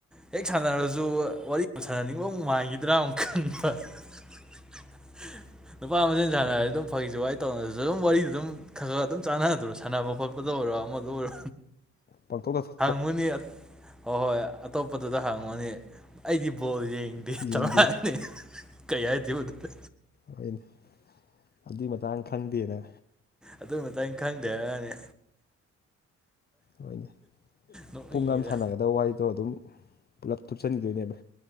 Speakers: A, in the centre; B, on the left.
A: ꯍꯦꯛ ꯁꯥꯟꯅꯔꯁꯨ ꯋꯥꯔꯤ ꯌꯥꯝ ꯁꯥꯟꯅꯅꯤꯡꯕ ꯑꯃꯨꯛ ꯃꯥꯏꯈꯤꯗ꯭ꯔꯥ ꯑꯃꯨꯛ ꯈꯟꯕ <unintelligible> ꯅꯨꯄꯥ ꯃꯁꯦꯜ
B: ꯋꯥꯔꯤ
A: ꯁꯥꯟꯅꯔꯦ ꯑꯗꯨꯝ ꯐꯥꯒꯤꯖꯨꯋꯥꯏ ꯇꯧꯅꯔꯁꯨ ꯑꯗꯨꯝ ꯋꯥꯔꯤꯗꯨ ꯑꯗꯨꯝ ꯈꯔ ꯈꯔ ꯑꯗꯨꯝ ꯆꯥꯟꯅꯗ꯭ꯔꯣ ꯁꯥꯟꯅꯕ ꯈꯣꯠꯄ ꯗ ꯑꯣꯏꯔꯣ ꯑꯃꯗ ꯑꯣꯏꯔ
B: ꯄꯥꯡꯊꯣꯛꯗ
A: ꯍꯪꯉꯨꯅꯤ ꯑꯣ ꯍꯣꯏ ꯑꯇꯣꯞꯄꯗꯨꯗ ꯍꯪꯉꯨꯅꯤ ꯑꯩꯗꯤ ꯕꯣꯜ ꯌꯦꯡ ꯑꯦ
B: ꯌꯦꯡꯗꯦ
A: ꯇꯧꯔꯛꯑꯅꯤ ꯀꯩ ꯍꯥꯏꯗꯣꯏꯕ ꯗꯨꯗ
B: ꯍꯣꯏꯅꯦ ꯑꯗꯨꯏ ꯃꯇꯥꯡ ꯈꯪꯗꯦꯅ
A: ꯑꯗꯨꯏ ꯃꯇꯥꯡ ꯈꯪꯗꯦ ꯍꯥꯏꯔꯅꯤ
B: ꯍꯣꯏꯅꯦ
A: ꯅꯣꯛꯅꯤꯡꯉꯤꯗ
B: ꯄꯨꯡ ꯑꯝ ꯁꯥꯟꯅꯒꯗꯕ ꯋꯥꯔꯤꯗꯣ ꯑꯗꯨꯝ ꯄꯨꯂꯞ ꯊꯨꯞꯆꯟꯈꯤꯗꯣꯏꯅꯦꯕ